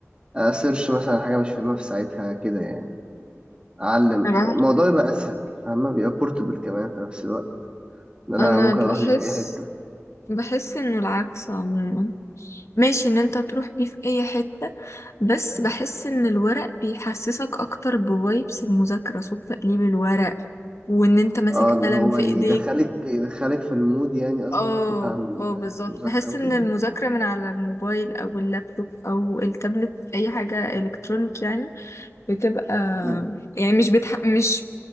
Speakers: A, on the right (about 20°); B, on the left (about 70°).
A: اسيرش مثلا على حاجه مش فاهمها في ساعتها كده يعني اعلم
B: انا
A: الموضوع
B: بح-
A: يبقى اسهل فاهمه بيبقى بورتبل كمان في نفس الوقت ان انا
B: أنا
A: ممكن اروح
B: بحس
A: بيه في اي حته
B: بحس انه العكس عموما ماشي ان انت تروح بيه في اي حتة بس بحس ان الورق بيحسسك اكتر بفايبس المذاكرة صوت تقليب الورق وان انت ماسك
A: اه اللي
B: قلم
A: هو
B: في
A: يدخلك
B: ايديك
A: يدخلك في المود يعني قصدك
B: اه
A: بتاع
B: اه بالظبط
A: المذاكره
B: بحس
A: وكده
B: ان المذاكرة من على الموبايل او اللابتوب او التابلت اي حاجة الكترونيك يعني بتبقى
A: <clears throat> مم.
B: يعني مش بتح... مش